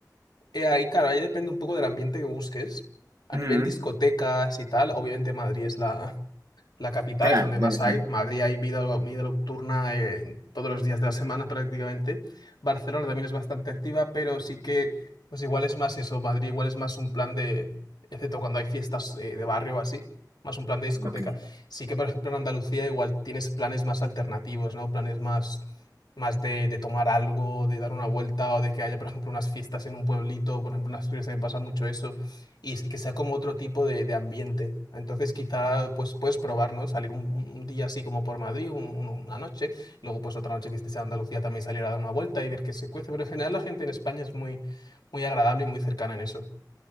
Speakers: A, on the left; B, on the right.
A: Eh, ahí, claro, ahí depende un poco del ambiente que busques. A
B: Ujú,
A: nivel discotecas y tal, obviamente Madrid es la, la capital
B: claro,
A: es donde
B: debe
A: más
B: ser.
A: hay. Madrid hay vida, vida nocturna eh, todos los días de la semana prácticamente. Barcelona también es bastante activa, pero sí que, pues igual es más eso. Madrid igual es más un plan de, excepto cuando hay fiestas eh, de barrio o así, más un plan de discoteca.
B: Ok.
A: Sí que, por ejemplo, en Andalucía igual tienes planes más alternativos, ¿no? Planes más, más de, de tomar algo, de dar una vuelta o de que haya, por ejemplo, unas fiestas en un pueblito. Por ejemplo, en Asturias se me pasa mucho eso y s- que sea como otro tipo de, de ambiente. Entonces quizá pues puedes probar, ¿no? Salir un, un día así como por Madrid, un- un- una noche, luego pues otra noche que estés en Andalucía también salir a dar una vuelta y ver qué se cuece, pero en general la gente en España es muy, muy agradable y muy cercana en eso.